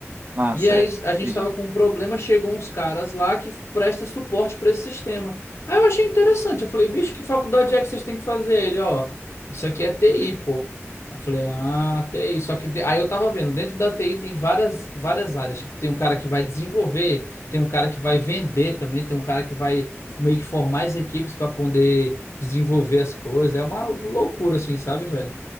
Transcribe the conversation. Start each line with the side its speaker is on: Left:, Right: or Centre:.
Right: Ah,
Left: E
Right: certo.
Left: aí a gente
Right: Entendi.
Left: tava com um problema, chegou uns caras lá que presta suporte para esse sistema. Aí eu achei interessante, eu falei, bicho, que faculdade é que vocês têm que fazer? Ele, ó, isso aqui é TI, pô. Eu falei, ah, TI, só que de- aí eu tava vendo, dentro da TI tem várias, várias áreas, tipo, tem um cara que vai desenvolver, tem um cara que vai vender também, tem um cara que vai meio que formar as equipes para poder desenvolver as coisas. É uma loucura assim, sabe, velho?